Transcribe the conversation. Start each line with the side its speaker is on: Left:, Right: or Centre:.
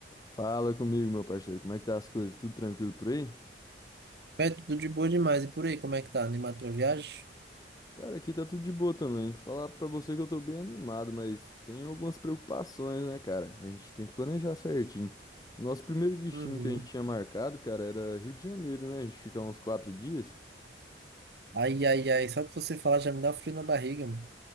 Left: Fala comigo, meu parceiro. Como é que tá as coisas? Tudo tranquilo por aí?
Right: É tudo de boa demais. E por aí, como é que tá? Animado pra viagem?
Left: Cara, aqui tá tudo de boa também. Falar pra você que eu tô bem animado, mas tem algumas preocupações, né, cara? A gente tem que planejar certinho. O nosso primeiro destino
Right: Uhum.
Left: que a gente tinha marcado, cara, era Rio de Janeiro, né? A gente fica uns quatro dias.
Right: Ai, ai, ai. Só de você falar já me dá um frio na barriga, mano.